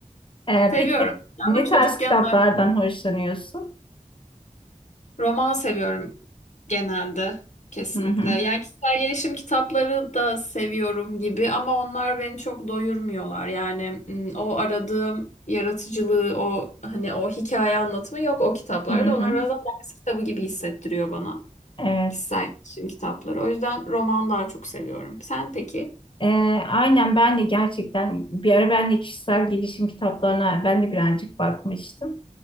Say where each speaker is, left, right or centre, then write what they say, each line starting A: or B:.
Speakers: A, on the left; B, on the left.
A: Ee,
B: Seviyorum
A: peki ne
B: ama çocukken
A: tarz kitaplardan
B: daha
A: hoşlanıyorsun?
B: roman seviyorum genelde kesinlikle.
A: Hı hı,
B: Yani kişisel gelişim kitapları da seviyorum gibi ama onlar beni çok doyurmuyorlar. Yani mm, o aradığım yaratıcılığı, o hani o hikaye anlatımı yok o kitaplarda.
A: hı
B: Onlar
A: hı,
B: biraz daha ders kitabı gibi hissettiriyor bana.
A: evet.
B: Kişisel gelişim kitapları. O yüzden roman daha çok seviyorum. Sen peki?
A: Ee, aynen ben de gerçekten bir ara ben de kişisel gelişim kitaplarına ben de birazcık bakmıştım.